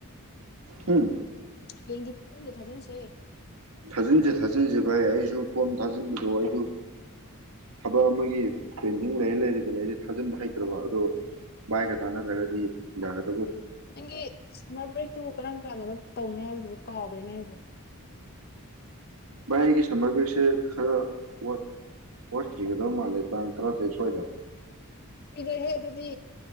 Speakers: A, on the right; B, on the left.
A: ꯎꯝ
B: ꯌꯦꯡꯗꯤ ꯄꯨꯂ ꯊꯖꯅꯁꯦ
A: ꯊꯥꯖꯤꯟꯁꯦ ꯊꯥꯖꯤꯟꯁꯦ ꯚꯥꯏ ꯑꯩꯁꯨ ꯐꯣꯝ ꯊꯥꯖꯤꯟꯕꯗꯣ ꯑꯩꯁꯨ ꯊꯕꯛ ꯑꯃꯒꯤ ꯄꯦꯟꯗꯤꯡ ꯂꯩꯔ ꯂꯩꯔꯤꯕꯅꯦ ꯑꯩꯁ ꯊꯥꯖꯤꯟꯕ ꯍꯩꯇ꯭ꯔꯕ ꯑꯗꯣ ꯚꯥꯏꯒ ꯇꯥꯟꯅꯗ꯭ꯔꯒꯗꯤ ꯌꯥꯒꯗ
B: ꯅꯪꯒꯤ ꯁꯥꯏ ꯄ ꯇꯕꯨ ꯀꯔ ꯀꯥꯟꯗꯅ ꯇꯧꯅꯤ ꯍꯥꯏꯕꯗꯨꯕꯨ ꯀꯥꯎꯈ꯭ꯔꯦꯅꯦ ꯍꯥꯏꯕꯕꯨ
A: ꯃꯥꯏꯒꯤ ꯁꯝꯒꯔꯤꯦ ꯈꯔ <unintelligible> ꯊ ꯔꯧ ꯃꯥ ꯂꯩꯦ ꯇꯥꯡ ꯊ꯭ꯔꯠꯇ ꯁꯏ ꯊ
B: ꯀꯨꯏꯗꯣꯏꯦꯍꯦ ꯑꯗꯨꯗꯤ